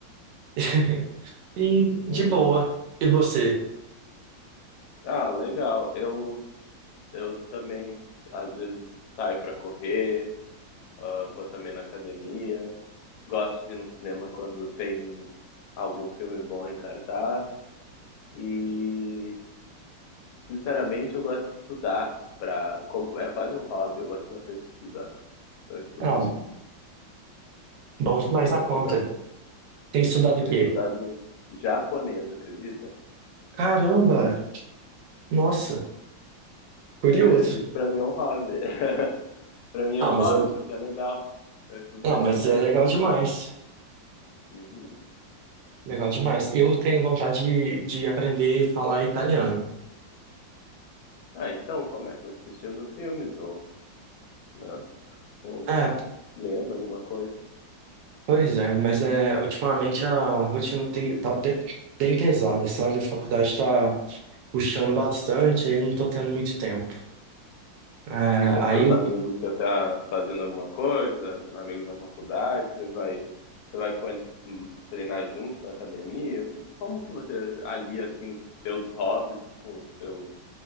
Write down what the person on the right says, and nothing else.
<laughs> e
de boa. E você?
Ah, bom demais
na
conta. Tem estudado
o quê?
Caramba! Nossa, curioso.
Ah,
mas
é,
não,
mas é legal
demais.
Legal demais. Eu tenho vontade de, de aprender a falar italiano.
É,
Pois é, mas é, ultimamente a rotina tem, tá bem, bem pesada, sabe? A faculdade tá puxando bastante, aí eu não tô tendo muito tempo. É,
aí,
eu-